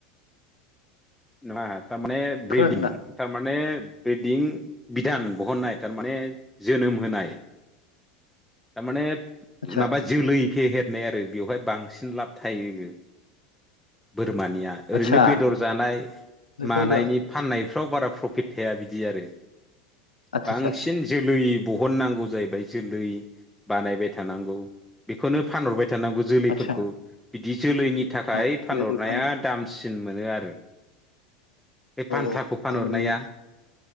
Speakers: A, in the centre; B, on the left.
A: न तारमान
B: खोनादोंना
A: ब्रिदिं थारमाने ब्रिदिं बिधान बहननाय थारमाने जोनोम होनाय। थारमाने
B: आदसा
A: नाबा जिउ लै इखे बििरनाय आरो बेवहाय बांसिन लाब थायो बोरमानिया
B: आदसा
A: ओरैनो बेदर जानाय
B: बेखौ
A: मानायनि
B: होनदों आं
A: फाननायफ्राव बारा प्रफिट थाया बिदि आरो
B: आदसा
A: बांसिन जोलै बहननांगौ जाहैबाय जोलै बानायबाय थानांगौ बेखौनो फानहरबाय थानांगौ। जोलैफोरखौ
B: आदसा आदसा
A: बिदि जोलैनि
B: आदसा
A: थाखाय फानहरनाया
B: जोलै फाननो
A: दामसिन मोनो आरो। बे
B: औ
A: फान्थाखौ
B: औ
A: फानहरनाया
B: मोनो मोनो